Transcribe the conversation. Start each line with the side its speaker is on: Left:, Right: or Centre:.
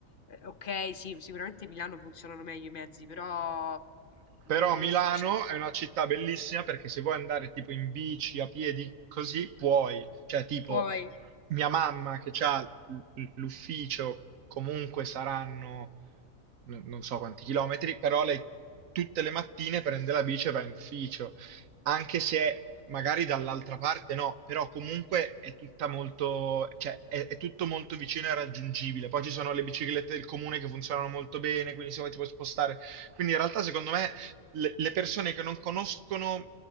Left: eh, ok, sì, sicuramente Milano funzionano meglio i mezzi, però
Right: Però
Left: non
Right: Milano
Left: lo so, cioè,
Right: è una città bellissima perché se vuoi andare tipo in bici, a piedi, così puoi. Cioè, tipo,
Left: puoi,
Right: mia mamma che ha l- l- l'ufficio, comunque saranno n- non so quanti chilometri, però lei tutte le mattine prende la bici e va in ufficio, anche se magari dall'altra parte no, però comunque è tutta molto, cioè è, è tutto molto vicino e raggiungibile. Poi ci sono le biciclette del comune che funzionano molto bene, quindi se vuoi ti puoi spostare. Quindi in realtà secondo me le, le persone che non conoscono